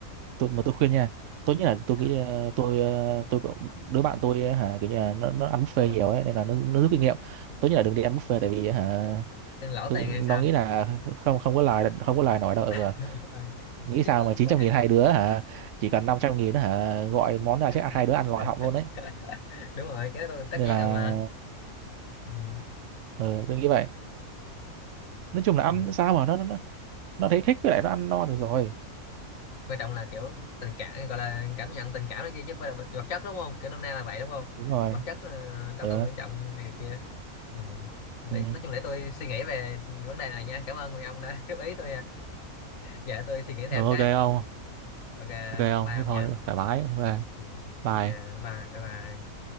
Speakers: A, on the right (about 65°); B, on the left (about 65°).
A: tôi mà tôi khuyên nha tốt nhất là tôi nghĩ
B: Dạ.
A: ờ, tôi ờ, tôi có- đứa bạn tôi ờ, hả kiểu như là nó nó ăn buffet
B: ờ.
A: nhiều ấy nên là nó nó rút kinh nghiệm tốt nhất là đừng đi ăn buffet tại vì hả
B: ăn lỗ
A: tôi,
B: tiền hay
A: nó
B: sao
A: nghĩ là không không có lời không có lời nói đâu ừ,
B: <laughs> ừ.
A: nghĩ
B: nói chung
A: sao
B: là
A: mà 900
B: ăn
A: nghìn hai đứa hả chỉ cần 500 nghìn hả gọi món
B: <laughs>
A: ra chắc hai đứa ăn lòi họng luôn đấy
B: đúng rồi cái đó là tất
A: nên
B: nhiên
A: là
B: rồi mà ừ.
A: ờ, tôi nghĩ vậy nói chung là ăn
B: Ừ.
A: sao mà nó nó nó thấy thích với lại nó ăn no được rồi
B: quan trọng là kiểu tình cảm gọi là cảm nhận tình cảm này kia chứ không phải là vật vật chất đúng không kiểu năm nay là vậy đúng không
A: đúng rồi
B: vật chất ờ, đâu
A: ờ
B: cần quan trọng này kia ừ. để
A: ừ.
B: nói chung để tôi suy nghĩ về vấn đề này nha cảm ơn người ông đã <laughs> góp ý tôi giờ tôi suy nghĩ thêm
A: Ờ,
B: cái
A: ok không
B: ok
A: ok không
B: bye
A: thế
B: ông
A: thôi
B: nha
A: thoải mái ok
B: ừ.
A: bye
B: ok bye bye bye bye